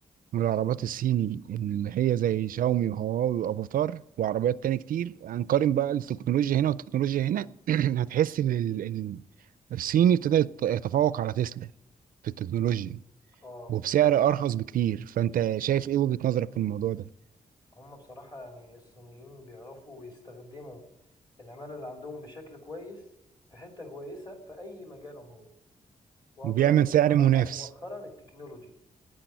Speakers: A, on the right (about 75°); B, on the left (about 30°).
A: والعربيات الصيني اللي هي زي شاومي وهواوي وافاتار وعربيات تاني كتير هنقارن بقى التكنولوجيا هنا والتكنولوجيا هنا <clears throat> هتحس ان ال- ال- الصيني ابتدى يت- يتفوق على تسلا في التكنولوجيا
B: اه
A: وبسعر ارخص بكتير فانت شايف ايه وجهة نظرك في الموضوع ده
B: هم بصراحة يعني الصينيين بيعرفوا يستخدموا العمالة اللي عندهم بشكل كويس في حتة كويسة في أي مجال عموما وأبرزوا
A: وبيعمل سعر
B: بصراحة
A: منافس
B: مؤخرا التكنولوجي